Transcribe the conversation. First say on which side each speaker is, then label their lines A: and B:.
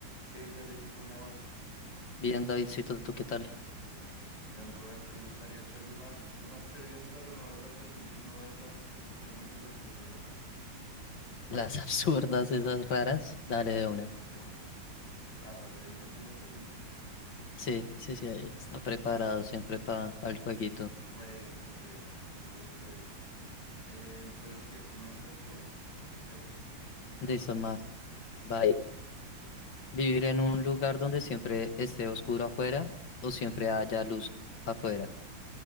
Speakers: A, on the left (about 15°); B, on the left (about 70°).
A: ¿Qué dice Richie? ¿Cómo vas?
B: Bien, Davidcito, ¿tú qué tal?
A: Bien, bien, brother. ¿Te gustaría echarle unas, unas teorías, pero no de las de quiz, sino de las que son preguntas así re locas?
B: Las <laughs> absurdas, esas raras, dale de
A: Sé
B: una.
A: que no tienen. Hágale, ahí ya tienes el link.
B: Sí, sí, sí, ahí está preparado siempre para el jueguito.
A: Ready, ok, always ready. Eh, entonces, ¿qué comienzas tú? Si quieres,
B: Listo,
A: o comienzo.
B: ma, bye.
A: Hágale.
B: ¿Vivir en un lugar donde siempre esté oscuro afuera o siempre haya luz afuera?